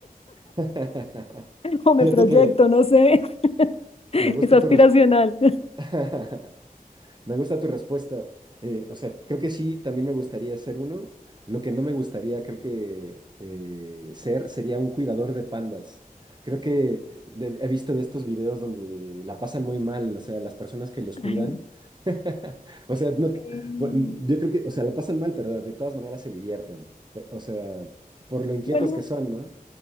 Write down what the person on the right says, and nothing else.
<laughs>
Fíjate
que
me gusta
tu respuesta. <laughs> Me gusta tu respuesta. Eh, o sea, creo que sí, también me gustaría ser uno. Lo que no me gustaría, creo que eh, ser, sería un cuidador de pandas. Creo que de- he visto de estos videos donde la pasan muy mal, o sea, las personas que los cuidan.
<laughs> O sea,
no,
bueno, yo creo que, o sea, la pasan mal, pero de todas maneras se divierten. Pe- O sea, por lo inquietos
que son, ¿no?